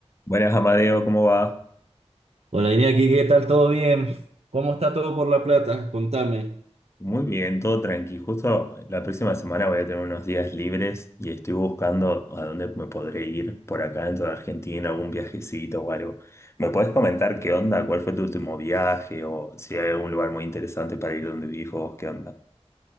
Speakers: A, on the left; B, on the right.
A: Buenas, Amadeo, ¿cómo va?
B: Hola, Iría, aquí ¿qué tal? ¿Todo bien? ¿Cómo está todo por La Plata? Contame.
A: Muy bien, todo tranqui. Justo la próxima semana voy a tener unos días libres y estoy buscando a dónde me podré ir por acá dentro de Argentina, algún viajecito o algo. ¿Me puedes comentar qué onda? ¿Cuál fue tu último viaje? O si hay algún lugar muy interesante para ir donde vivís vos, ¿qué onda?